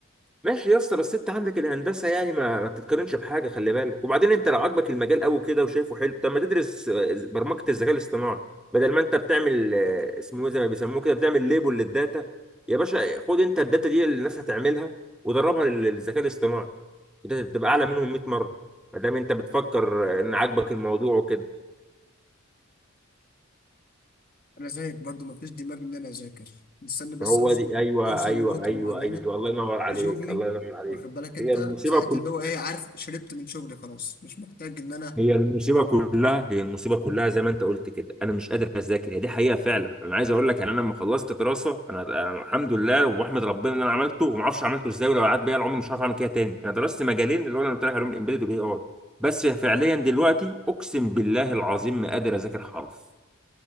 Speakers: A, in the centre; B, on the left.
A: ماشي يا اسطى بس انت عندك الهندسه يعني ما, ما بتتقارنش بحاجه خلي بالك وبعدين انت لو عاجبك المجال قوي كده وشايفه حلو طب ما تدرس آه، برمجه الذكاء الاصطناعي بدل ما انت بتعمل آه، اسمه إيه زي ما بيسموه كده بتعمل ليبل للداتا يا باشا خد انت الداتا دي اللي الناس هتعملها ودربها لل- للذكاء الاصطناعي وده تبقى اعلى منهم 100 مره ما دام انت بتفكر آه، ان عاجبك الموضوع وكده
B: انا زيك برضو ما فيش دماغ ان انا اذاكر مستني بس
A: هو
B: اوصل
A: دي ايوه
B: اوصل
A: ايوه
B: لنقطه
A: ايوه
B: معينه
A: ايوه الله ينور عليك
B: في شغلي
A: الله ينور عليك
B: واخد بالك انت
A: هي المصيبه
B: ساعتها اللي هو ايه عارف شربت من شغلي خلاص مش محتاج ان انا
A: هي المصيبه كلها هي المصيبه كلها زي ما انت قلت كده انا مش قادر اذاكر هي دي حقيقه فعلا انا عايز اقول لك يعني انا لما خلصت دراسه انا, أنا الحمد لله واحمد ربنا ان انا عملته وما اعرفش عملته ازاي ولو قعدت بيا العمر مش هعرف اعمل كده تاني انا درست مجالين اللي هو انا قلت لك عليهم الامبيدد والاي اي بس فعليا دلوقتي اقسم بالله العظيم ما قادر اذاكر حرف